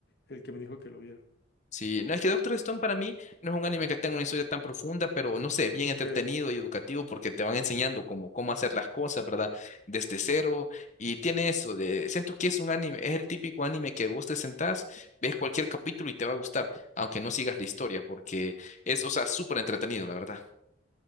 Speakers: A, on the left; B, on the left.
A: el que me dijo que lo viera.
B: Sí, no es que Doctor Stone para mí no es un anime que tenga una historia tan profunda, pero no sé, bien
A: Ok.
B: entretenido y educativo porque te van enseñando cómo, cómo hacer las cosas, ¿verdad? Desde cero. Y tiene eso de, siento que es un anime, es el típico anime que vos te sentás, ves cualquier capítulo y te va a gustar, aunque no sigas la historia, porque es, o sea, súper entretenido, la verdad.